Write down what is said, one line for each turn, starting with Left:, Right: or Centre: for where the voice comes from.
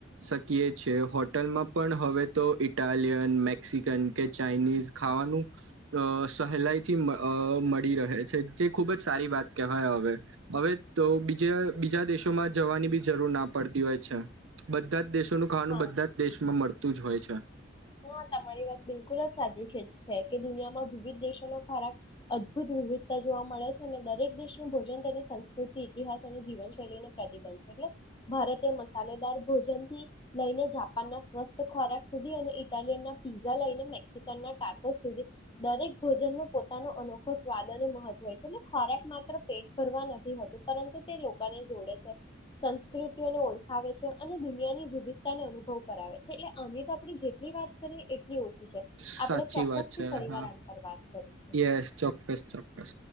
Right: શકીએ છે હોટલમાં પણ હવે તો ઇટાલિયન મેક્સિકન કે ચાાઈનીઝ ખાવાનું અ સહેલાઈથી અ મળી રહે છે જે ખૂબ જ સારી વાત કહેવાય હવે હવે તો બીજ બીજા દેશોમાં જવાની બી જરૂર ના પડતી હોય છે બધા જ દેશ નું ખાવાનું
Left: હા
Right: બધા જ દેશમાં મળતું જ હોય છે. <inaudible>
Left: હા તમારી વાત બિલકુલ જ સાચી ખેલ કે દુનિયામાં વિવિધ દેશો નો ખોરાક અદભુત વિવિધતા જોવા મળે છે અને દરેક દેશનું ભોજન તેની સંસ્કૃતિ ઇતિહાસ અને જીવનશૈલીને પ્રતિબંધ છે. એટલે ભારતીય મસા મલેદાર ભોજન થી લઈને જાપાન ના સ્વસ્થ ખોરાક સુધી અને ઇટાલિય ના પીઝા લઈને મેક્સિકન ના ટાકો સુધી દરેક ભોજનનો પો પોતાનો અનોખો સ્વાદ અને મહત્વ હો છે એટલે ખોરાક માત્ર પેટ ભરવા નથી હોતું પરંતુ તે લોકોને જોડે છે સંસ્કૃતિઓને ઓળખાવે છે અને દુનિયાની વિવિધતાને અનુભવ કરાવે છે એટલે આને તો આપ જે ની વાત કરીએ ઓછી છે.
Right: સાચી
Left: આપણે ચોક્કસથી
Right: વાત છે
Left: ફરરીવાર
Right: હા
Left: આના પર વાત કરીશું.
Right: યસ ચોક્કસ, ચોક્કસ.